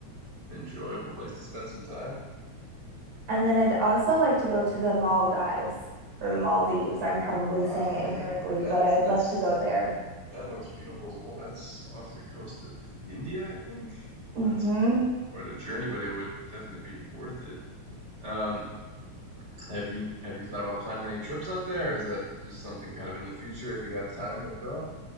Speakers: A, on the right; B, on the right.
A: an enjoyable place to spend some time.
B: And then I'd also like to go to the Maldives or the Maldives. I'm probably saying
A: Ah,
B: it incorrectly,
A: yeah. What that's
B: but I'd
A: that's
B: love to go there.
A: that looks beautiful as well. That's off the coast of India, I think. That's
B: hmm
A: quite a journey, but it would definitely be worth it. Um, Have you have you thought about planning any trips out there? Or is that just something kind of in the future? If you have time, you'll go.